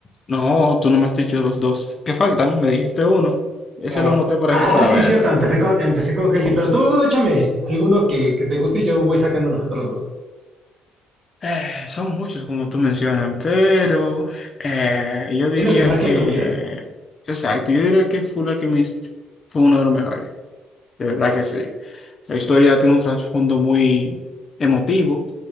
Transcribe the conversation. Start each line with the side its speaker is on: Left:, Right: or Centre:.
Left: No, tú no me has dicho los dos que faltan, me dijiste uno. Ese
Right: Ah,
Left: lo noté por
Right: Ah,
Left: aquí para
Right: sí,
Left: verlo.
Right: es cierto, empecé con, empecé con Helsing, pero tú échame alguno que, que te guste y yo voy sacando los otros dos.
Left: Eh, son muchos, como tú mencionas, pero eh, yo diría
Right: Uno que marque
Left: que,
Right: tu vida.
Left: exacto, yo diría que Full Alchemist fue uno de los mejores, de verdad
Right: Ajá.
Left: que sí. La historia tiene un trasfondo muy emotivo